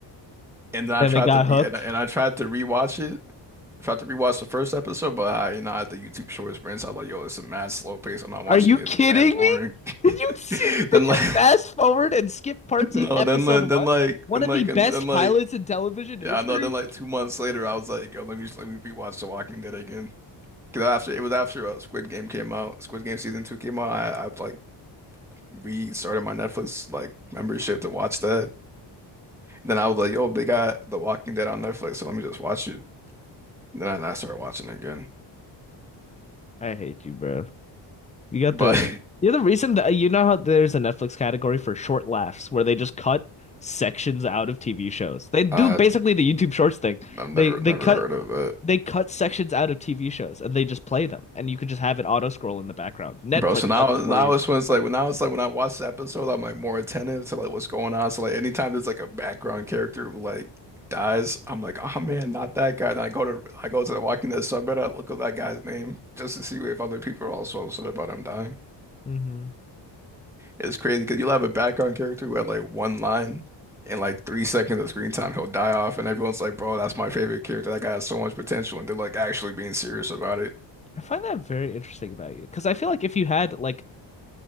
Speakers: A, in the centre; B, on the left.
A: and then I
B: Then
A: tried
B: they got
A: to re
B: hooked.
A: and I, and I tried to rewatch it, tried to rewatch the first episode, but I, you know, I had the YouTube Shorts brand, so I was like, "Yo, it's a mad slow pace. I'm not watching
B: Are you
A: it.
B: kidding
A: It's mad boring."
B: me?
A: <laughs>
B: Did you see,
A: Then
B: did
A: like,
B: you fast forward and skip parts
A: <laughs> no,
B: of episode
A: then then
B: one?
A: then like
B: One
A: then
B: of
A: like
B: the best
A: and then like
B: pilots in television
A: yeah,
B: history.
A: no, then like two months later, I was like, "Yo, let me let me rewatch The Walking Dead again." Because after it was after uh, Squid Game came out, Squid Game season two came out, I I like. restarted my Netflix like membership to watch that. Then I was like, yo, they got The Walking Dead on Netflix, so let me just watch it. Then I, I started watching it again.
B: I hate you, bro. You got
A: But
B: the you're the reason that you know how there's a Netflix category for short laughs where they just cut sections out of TV shows. They do
A: <laughs> uh,
B: basically the YouTube Shorts thing.
A: I've never
B: They they
A: never
B: cut
A: heard of it.
B: they cut sections out of TV shows and they just play them, and you could just have it auto scroll in the background. Netflix
A: Bro, so now
B: does it
A: now
B: for you.
A: it's when it's like when now it's like when I watch the episode, I'm like more attentive to like what's going on. So like anytime there's like a background character who like dies, I'm like, oh man, not that guy. Then I go to I go to The Walking Dead, so I better look up that guy's name just to see if other people are also upset about him dying.
B: hmm
A: It's crazy because you'll have a background character who had like one line and like three seconds of screen time, he'll die off, and everyone's like, "Bro, that's my favorite character. That guy has so much potential," and they're like actually being serious about it.
B: I find that very interesting about you because I feel like if you had like